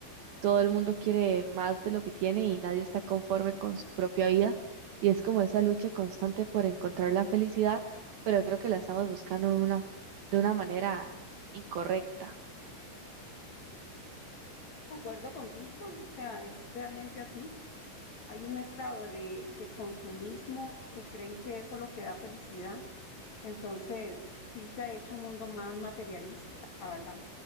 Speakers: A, on the right; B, on the left.
A: todo el mundo quiere más de lo que tiene y nadie está conforme con su propia vida. Y es como esa lucha constante por encontrar la felicidad, pero yo creo que la estamos buscando de una, de una manera incorrecta.
B: Concuerdo contigo, o sea, es realmente así. Hay un estado de, de consumismo que creen que eso es lo que da felicidad. Entonces, sí se ha hecho un mundo más materialista, ¿verdad?